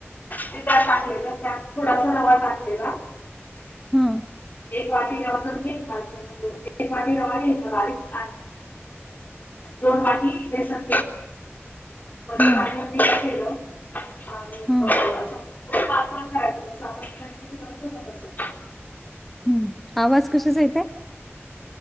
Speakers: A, on the left; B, in the centre.
A: ते त्या टाकलेलं त्यात थोडासा नवा टाकलेला.
B: हा
A: एक वाटी रवा जण घेतयचा एक वाटी रवा घ्यायचा बारीक आणि. दोन वाटी इथ स म
B: हं
A: भड्य पी केलं आणि
B: हं.
A: बस अस. पाातण करायचं सामज खाणीडे करतो ना तसं.
B: हम्म आवाज कशचा येतय.